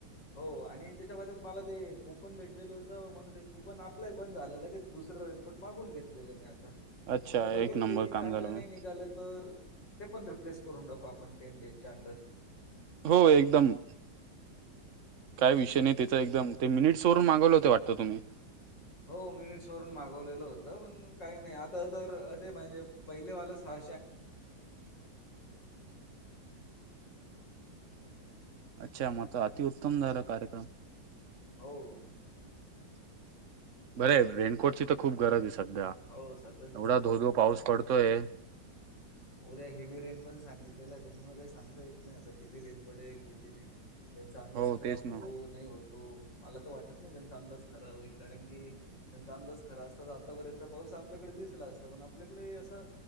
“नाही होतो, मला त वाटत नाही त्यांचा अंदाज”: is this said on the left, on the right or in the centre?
Left